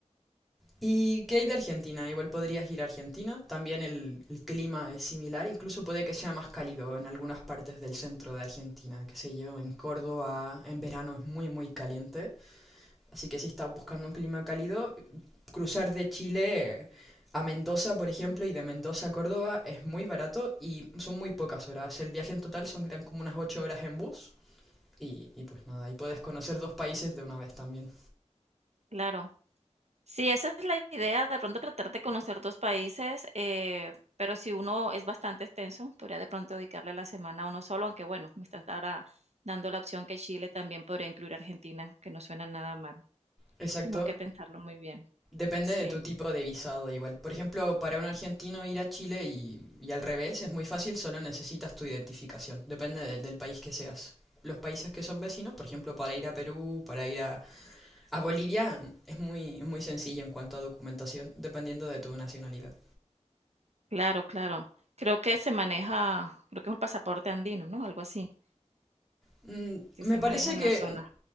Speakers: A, in the centre; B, on the right.
A: ¿Y qué hay de Argentina? Igual podrías ir a Argentina. También el, el clima es similar, incluso puede que sea más cálido en algunas partes del centro de Argentina, qué sé yo, en Córdoba en verano es muy muy caliente. Así que si estás buscando un clima cálido, cruzar de Chile a Mendoza, por ejemplo, y de Mendoza a Córdoba es muy barato y son muy pocas horas. El viaje en total son eran como unas 8 horas en bus y, y pues nada, y puedes conocer dos países de una vez también.
B: Claro. Sí, esa es la idea, de pronto tratar de conocer 2 países, eh, pero si uno es bastante extenso, podría de pronto dedicarle la semana a uno solo, aunque bueno, me estás ahora dando la opción que Chile también podría incluir Argentina, que no suena nada mal.
A: Exacto.
B: Tengo que pensarlo muy bien.
A: Depende
B: Sí,
A: de tu tipo de visado igual. Por ejemplo, para un argentino ir a Chile y, y al revés es muy fácil, solo necesitas tu identificación. Depende del del país que seas. Los países que son vecinos, por ejemplo, para ir a Perú, para ir a, A Bolivia mm, es muy, muy sencillo en cuanto a documentación, dependiendo de tu nacionalidad.
B: claro, claro. Creo que se maneja, creo que es un pasaporte andino, ¿no? Algo así,
A: Mm,
B: que
A: Me
B: se
A: parece
B: maneja en
A: que
B: la zona.